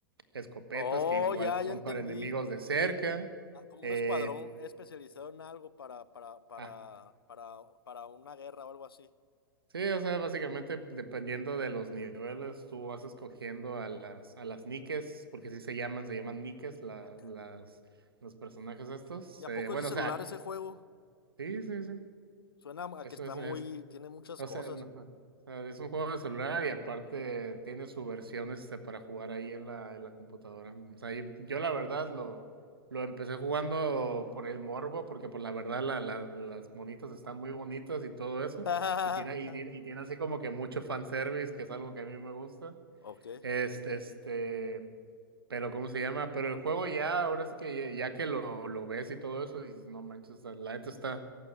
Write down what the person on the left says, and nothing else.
Oh,
ya,
ya entendí.
Ah, Como
un escuadrón especializado en algo para, para, para,
para, para una guerra o algo así.
Ah, caña.
¿Y a
poco
es de celular
ese juego?
Suena
a que está
muy, tiene muchas
cosas.
<laughs>
Ok.